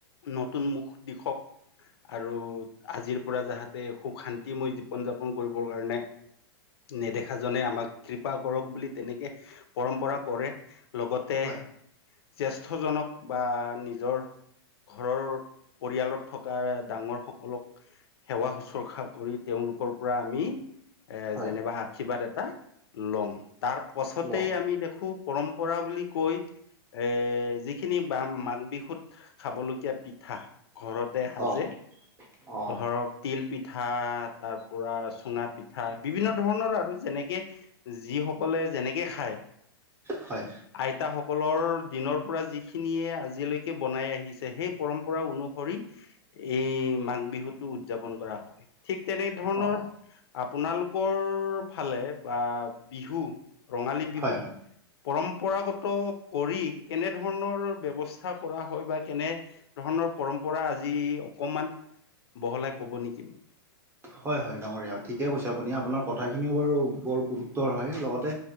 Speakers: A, on the left (about 70°); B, on the right (about 20°).
A: নতুন মুখ দিশক আৰু আজিৰ পৰা যাহাতে সুখ শান্তি মই জীৱন যাপন কৰিবৰ কাৰণে নেদেখাজনে আমাক কৃপা কৰক বুলি তেনেকে পৰম্পৰা কৰে। লগতে
B: হয়
A: জেষ্ঠজনক বা নিজৰ ঘৰৰ পৰিয়ালত থকা ডাঙৰ সকলক সেৱা- শুশ্ৰূষা কৰি তেওঁলোকৰ পৰা আমি এ
B: হয়
A: যেনিবা আশীৰ্বাদ এটা লওঁ। তাৰ পাছতেই
B: ল
A: আমি দেখো পৰম পৰা বুলি কৈ এ যিখিনি ব মাঘ বিহুত খাবলগীয়া পিঠা ঘৰতে সাজে
B: অ অ
A: ধৰক তিল পিঠা, তাৰ পৰা চুঙা পিঠা, বিভিন্ন ধৰণৰ আৰু যেনেকে যিসকলে যেনেকে খায়।
B: হয়
A: আইতাসকলৰ দিনৰ পৰা যিখিনিয়ে আজিলৈকে বনাই আহিছে, সেই পৰম্পৰা অনুসৰি এই মাঘ বিহুতটো উদযাপন কৰা হয়। ঠিক তেনে ধৰণৰ
B: অ
A: আপোনালোকৰ ফালে বা বিহু ৰঙালী বিহুত
B: হয় হয়
A: পৰম্পৰাগত কৰি কেনে ধৰণৰ ব্যবস্থাৰ কৰা হয় বা কেনে ধৰণৰ পৰম্পৰা আজি অকমান বহলাই কব নেকি মোক।
B: হয় হয় ডাঙৰীয়া ঠিকে কৈছে আপুনি আপোনাৰ কথাখিনিও বাৰু বৰ গুৰুত্বৰ হয়। লগতে